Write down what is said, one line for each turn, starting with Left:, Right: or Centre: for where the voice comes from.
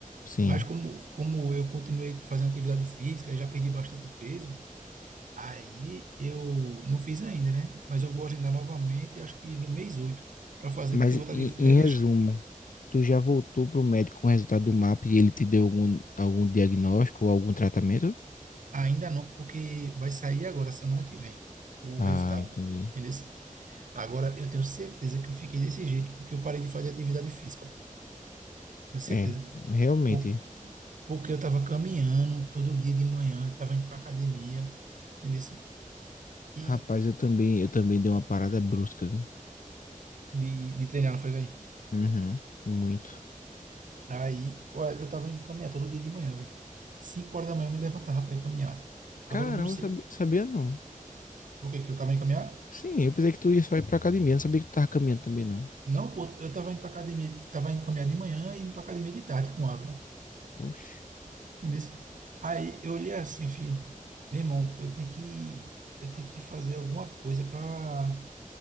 Left: Sim.
Right: Mas como, como eu continuei fazendo atividade física e já perdi bastante peso, aí eu não fiz ainda, né? Mas eu vou agendar novamente, acho que no mês 8 para fazer,
Left: Mas
Right: porque eu vou
Left: em,
Right: estar de férias.
Left: em resumo, tu já voltou pro médico com o resultado do MAP e ele te deu algum, algum diagnóstico ou algum tratamento?
Right: Ainda não, porque vai sair agora, semana que vem, o
Left: ah,
Right: resultado.
Left: entendi.
Right: Entendeu? Agora eu tenho certeza que eu fiquei desse jeito, porque eu parei de fazer atividade física, pô. Tenho certeza.
Left: É, realmente.
Right: Por- Porque eu estava caminhando todo dia de manhã, estava indo para academia, entendeu? E
Left: Rapaz, eu também, eu também dei uma parada brusca, viu?
Right: de, de treinar, não foi, velho?
Left: Uhum, muito.
Right: Aí, ó, eu tava indo caminhar todo dia de manhã, velho. Cinco horas da manhã eu me levantava para ir caminhar.
Left: Caramba,
Right: Agora eu não sei
Left: eu sabia, sabia não.
Right: o que que eu tava indo caminhar.
Left: Sim, eu pensei que tu ia só ir pra academia, não sabia que tu tava caminhando também, não.
Right: Não, pô, eu tava indo pra academia, tava indo caminhar de manhã e indo pra academia de tarde com Ávila,
Left: Oxe,
Right: entendeu? Aí eu olhei assim, eu falei, meu irmão, eu tenho que, eu tenho que fazer alguma coisa para